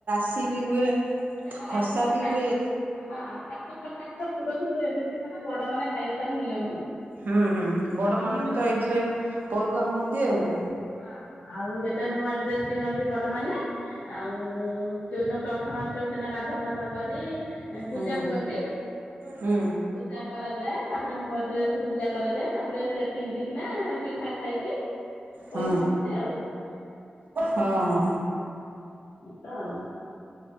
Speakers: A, on the right; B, on the left.
A: ଶି ବି ହୁଏ।
B: ସେଇଟା
A: ଖସା
B: ରାଶିଟା
A: ବି
B: ଖାଇବୁ
A: ହୁଏ
B: ହଁ ସାତ ପ୍ରକାରର। ପୁର ଭିତରୁ ଏଣ୍ଡୁରି ପିଠାଟା ବଡମାନେ ଖାଇବା ତାର ନିୟମ।
A: ହୁଁ ହୁଁ ବଡମାନେ
B: ଆମେ ମାନେ
A: ତ ଏଇଥିରେ ପରୁଆଁ ହୁଅନ୍ତି। <unintelligible>
B: ହଁ ଆଉ ଏଟା ନୂଆ ଡ୍ରେସ୍ ପିନ୍ଧନ୍ତି ବଡ ମାନେ। ଆଉଉଉ ଯଉ ଦିନ ପ୍ରଥମା ଅଷ୍ଟମୀ ସେ ଦିନ ଗାଧୁଆପାଧୁଆ। କରି ପୂଜା
A: ହୁଁ
B: ହୁଅନ୍ତି
A: ହୁଁ
B: ପୂଜା କରାଯାଏ ତାପରେ ନୂଆ ଡ୍ରେସକୁ ପୂଜା କରାଯାଏ ତାପରେ ସେ ପିନ୍ଧିକିନା ପିଠା ଖାଇକି।
A: ହୁଁ
B: ପରୁହାଁ‌‌ ହୁଅନ୍ତି ଆଉ
A: ହଁ ହଁ।
B: <inaudible> <unintelligible>